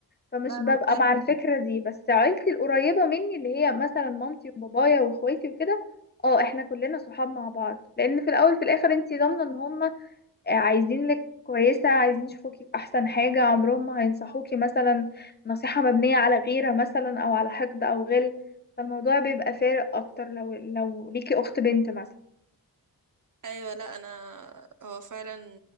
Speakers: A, on the left (about 25°); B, on the right (about 55°).
A: فمش
B: لا
A: ببقى
B: طب كويس
A: مع الفكرة دي بس عيلتي القريبة مني اللي هي مثلا مامتي وبابايا واخواتي وكده اه احنا كلنا صحاب مع بعض لان في الاول في الاخر انتي ضامنة ان هم عايزينك كويسة عايزين يشوفوكي بأحسن حاجة عمرهم ما هينصحوكي مثلا نصيحة مبنية على غيرة مثلا أو على حقد أو غل فالموضوع بيبقى فارق أكتر لو لو ليكي أخت بنت مثلا
B: ايوه لا انا هو فعلا